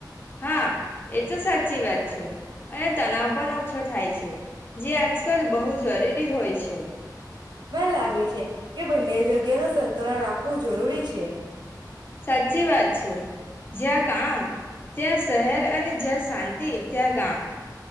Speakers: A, on the left; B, on the right.
A: હા એ તો સાચી વાત છે અને તનાવ પણ ઓછો થાય છે જે આજકાલ બહુ જરૂરી હોય છે.
B: મને લાગે છે, કે બંને જગ્યા ન સંતુલન રાખવું જરૂરી છે.
A: સાચી વાત છે, જ્યાં કામ ત્યાં શહેર અને જ્યાં શાંતિ ત્યાં ગામ.